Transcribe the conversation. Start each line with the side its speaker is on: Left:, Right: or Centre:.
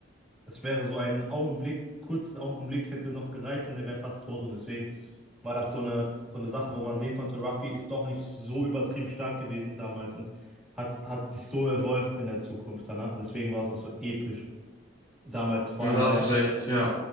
Centre: es wäre so ein Augenblick, kurzen Augenblick hätte noch gereicht und er wäre fast tot. Und deswegen war das so eine, so eine Sache, wo man sehen konnte, Ruffy ist doch nicht so übertrieben stark gewesen damals und hat, hat sich so evolved in der Zukunft danach. Und deswegen war es auch so episch damals, vor
Left: Na,
Centre: allem,
Left: Da
Centre: weil
Left: hast du recht, ja.